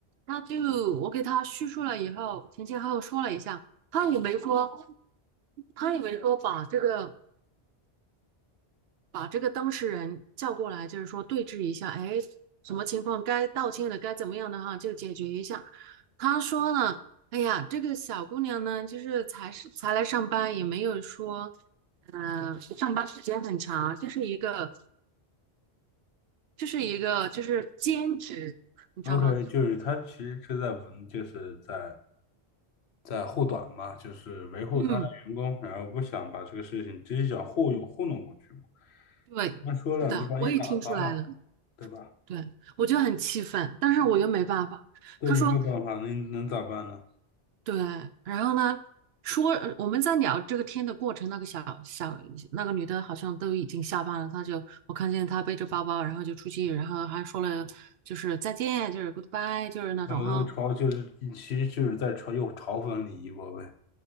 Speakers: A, on the right (about 70°); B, on the left (about 75°).
A: 他就我给他叙述了以后，前前后后说了一下，他也没说，他也没说把这个。把这个当事人叫过来，就是说对峙一下，哎，什么情况该道歉的，该怎么样的哈，就解决一下。他说呢，哎呀，这个小姑娘呢，就是才是才来上班，也没有说，呃，上班时间很长，就是一个就是一个就是兼职，你知道吗？
B: ，OK，就是他其实是在就是在在护短嘛，就是维护他的员工，
A: 嗯，
B: 然后不想把这个事情直接想糊悠糊弄过去嘛。
A: 对，
B: 那说两句把你打发了，
A: 是的，我也听出来了，
B: 对吧？
A: 对，我就很气愤，但是我又没办法。
B: 对你没有办法，
A: 他说
B: 那你能咋办呢？
A: 对，然后呢，说呃我们在聊这个天的过程，那个小小那个女的好像都已经下班了，她就我看见她背着包包，然后就出去，然后还说了就是再见，就是 goodbye，就是那种哈。
B: 呃，嘲就是其实就是在嘲又嘲讽你一波呗。